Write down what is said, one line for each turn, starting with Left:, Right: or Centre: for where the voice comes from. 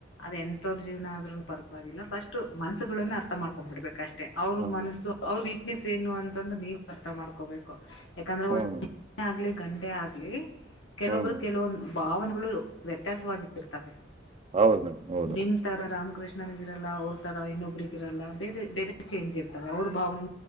Left: <unintelligible> ಜೀವನ ಆದ್ರೂ ಪರವಾಗಿಲ್ಲ ಫಸ್ಟ್ ಮನ್ಸಗಳನ್ನ ಅರ್ಥ ಮಾಡ್ಕೊಂಡ್ ಬಿಡ್ಬೇಕು ಅಷ್ಟು ಅವ್ರ
Right: ಹಾ
Left: ಮನಸ್ಸು ಅವ್ರ ವೀಕ್ನೆಸ್ ಏನು ಅಂತಂದು ನೀವು ಅರ್ಥ ಮಾಡ್ಕೋಬೇಕು ಯಾಕಂದ್ರೆ
Right: ಹ್ಞೂ
Left: ಒ <unintelligible>
Right: ಮೇಡಮ್
Left: ಆಗ್ಲಿ ಗಂಡೇ ಆಗ್ಲಿ ಕೆಲೊಬ್ರು
Right: ಹ್ಞೂ ಮೇಡಮ್
Left: ಕೆಲವೊಂದು ಭಾವನೆಗಳು ವ್ಯತ್ಯಾಸವಾಗಿ ಇರ್ತವೆ
Right: ಹೌದು ಮೇಡಮ್ ಹೌದು
Left: <unintelligible> ನಿಮ್ ತರ ರಾಮಕೃಷ್ಣ ನನಗಿರಲ್ಲ ಅವ್ರ ತರ ಇನ್ನೊಬ್ರಗ ಇರಲ್ಲ ಬೇರೆ ಬೇರೆ ಚೇಂಜ್ ಇರ್ತದೆ ಅವ್ರ ಭಾವನೆ